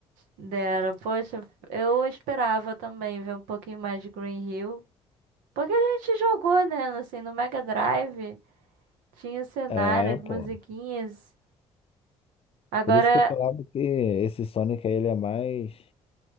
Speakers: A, on the right; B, on the left.
A: Dera, poxa, eu esperava também ver um pouquinho mais de Green Hill. Porque a gente jogou, né? Assim, no Mega Drive tinha cenários,
B: É, pô.
A: musiquinhas. Agora,
B: Por isso que eu falava que esse Sonic aí, ele é mais.